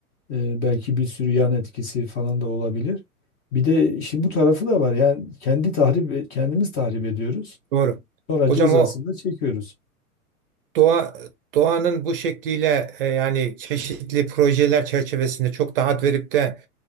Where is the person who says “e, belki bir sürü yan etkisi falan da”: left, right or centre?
Left